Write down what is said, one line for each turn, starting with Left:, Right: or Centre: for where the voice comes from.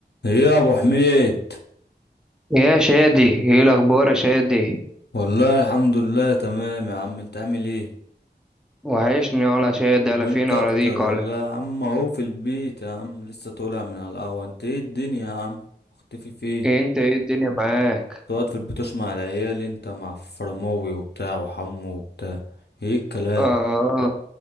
Left: ايه يا ابو حميد
Centre: يا شادي ايه الاخبار يا شادي
Left: والله الحمد لله تمام يا عم انت عامل ايه
Centre: وحشني ولا شادي على
Left: وانت
Centre: فين اراضيك
Left: اكتر والله
Centre: ولا
Left: يا عم اهو في البيت يا عم لسه طالع من على القهوة انت ايه الدنيا يا عم مختفي فين
Centre: إيه انت ايه الدنيا معاك
Left: تقعد في البيت مع العيال انت مع فرماوي وبتاع وحمو وبتاع ايه الكلام
Centre: اه آه.